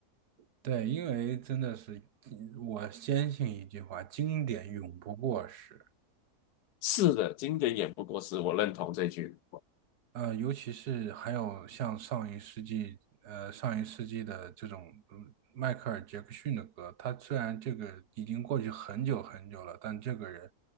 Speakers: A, on the right (about 80°); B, on the left (about 80°).
A: <laughs> 对，因为真的是，我坚信一句话，经典永不过时。
B: 是的，经典也不过时，我认同这句。
A: 呃，尤其是还有像上一世纪，呃，上一世纪的这种嗯迈克尔·杰克逊的歌，他虽然这个已经过去很久很久了，但这个人